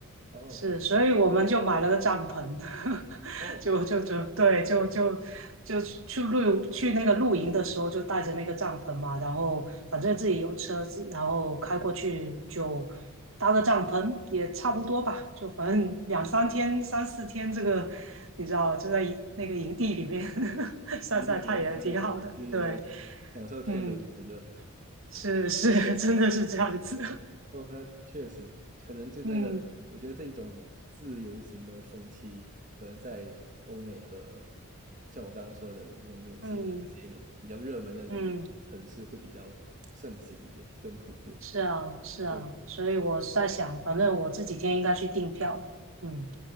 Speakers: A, on the right; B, on the right.
A: 哦，
B: 是，
A: 非常
B: 所以我们就买了个帐篷，<laughs>
A: 哦，
B: 就就就对，就就就去露去那个露营的时候就带着那个帐篷嘛，然后反正自己有车子，然后开过去就搭个帐篷也差不多吧，就反正两三天、三四天这个，你知道就在营那个营地里面 <laughs> 晒晒太阳挺好的，
A: 营地里面待个几天，对对对，
B: 对，
A: 享受天伦之乐。
B: 嗯，是是，<laughs> 真的是这样子，
A: 哦，那确实，可能就那个，
B: <laughs> 嗯
A: 我觉得这一种自由行的风气，可能在欧美和像我刚刚说的那个纽西兰这些比较热门的旅游城市会比较盛行一点，
B: 嗯嗯。
A: 更普遍。
B: 是啊，是啊，
A: 对，
B: 所以我是在想，反正我这几天应该去订票了。嗯，